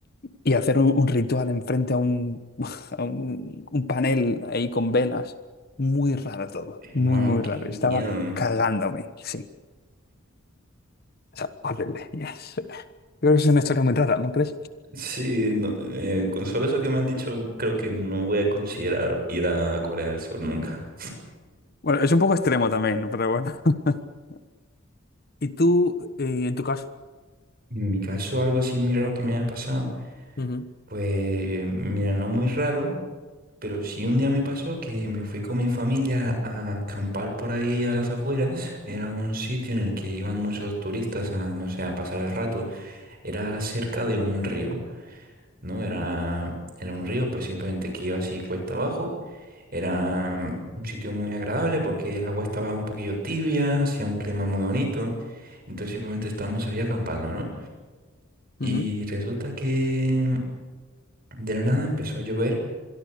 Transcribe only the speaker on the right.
Hermano,
qué
miedo.
Sí, no, eh, con solo eso que me han dicho, creo que no voy a considerar ir a Corea del Sur nunca.
En mi caso, algo así muy raro que me haya pasado.
Pues, mira, no muy raro, pero sí un día me pasó que me fui con mi familia a acampar por ahí a las afueras. Era un sitio en el que iban muchos turistas a, no sé, a pasar el rato. Era cerca de un río. ¿no?
Era, era un río, pues simplemente que iba así cuesta abajo. Era un sitio muy agradable porque el agua estaba un poquillo tibia, hacía un clima muy bonito. Entonces simplemente estábamos ahí acampando, ¿no? Y
resulta que de la nada empezó a llover.